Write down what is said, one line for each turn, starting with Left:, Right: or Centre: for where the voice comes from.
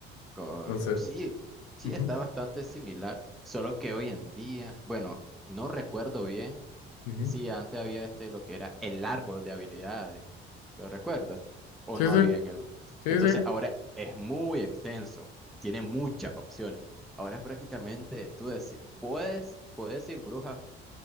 Centre: Correcto.
Left: Entonces,
Centre: Sí, sí,
Left: ujú,
Centre: está bastante similar, solo que hoy en día, bueno, no recuerdo bien
Left: ujú.
Centre: si antes había este lo que era el árbol de habilidades, ¿lo recuerdas? O
Left: Sí,
Centre: no
Left: sí,
Centre: había en el...
Left: sí,
Centre: Entonces
Left: sí.
Centre: ahora es muy extenso, tiene muchas opciones. Ahora prácticamente tú deci- puedes, puedes ir bruja